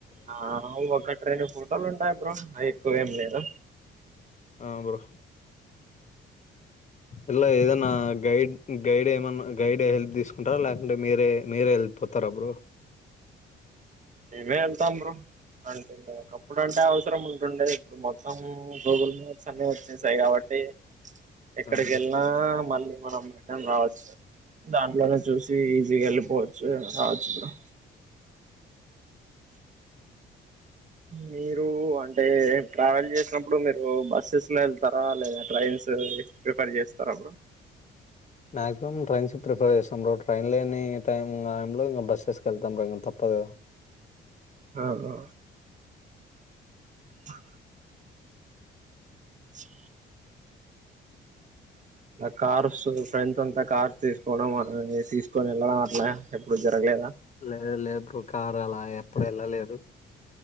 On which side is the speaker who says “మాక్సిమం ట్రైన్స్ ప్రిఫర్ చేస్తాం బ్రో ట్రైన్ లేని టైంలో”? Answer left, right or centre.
Left